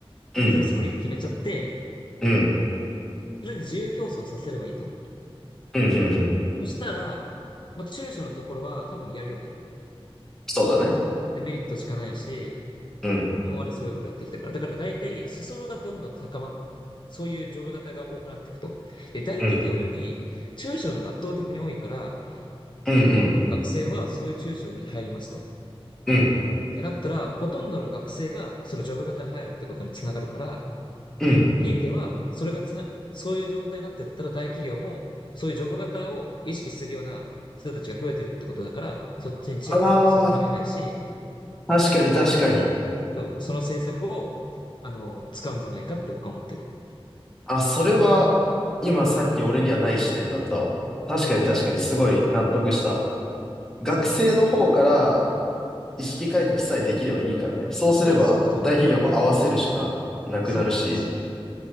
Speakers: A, in the centre; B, on the left.
A: うん、
B: それ総理が決めちゃって、
A: うん、
B: それで自由競争させればいいと思う。
A: うん、うん、うん
B: そしたら、まあ、中小のところは多分やるよね。
A: そうだね。
B: だってメリットしかないし、
A: うん。
B: 今までそういうことやってきたから。だから大体、裾野がどんどん高まっ、そういうジョブ型が多くなっていくと。で、大企業より中小の方が圧倒的に多いから、
A: うんうんうん、
B: ほとんどの学生はそういう中小に入りますと。っ
A: うん、
B: てなったら、ほとんどの学生がそのジョブ型で入るってことにつながるから、
A: うん。
B: ひいては、それがつな、そういう状態になっていったら大企業も、そういうジョブ型を意識するような人たちが増えてるってことだから、そっちにチェンジをせざるを得ないし、
A: ああ、確かに確かに。
B: そういう、そう、その政策を、あの、使うんじゃないかって僕は思ってる。
A: あ、それは、今さっき俺にはない視点だったわ。確かに確かに、
B: 本当に
A: すごい納得した。学生の方から
B: そうそうそう。
A: 意識改革さえできればいいからね。そうすれば、
B: そうそうそう。
A: 大企業も合わせるしかなくなるし。
B: そうそうそう。